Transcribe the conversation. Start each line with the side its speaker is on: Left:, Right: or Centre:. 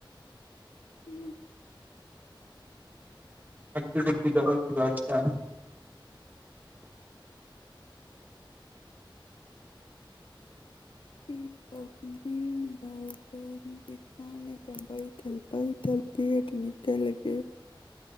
Left: ह्म <inaudible>
Right: हड्डी गुड्डी जरत
Left: न <unintelligible> बैठल बैठल पेट निकलि गेल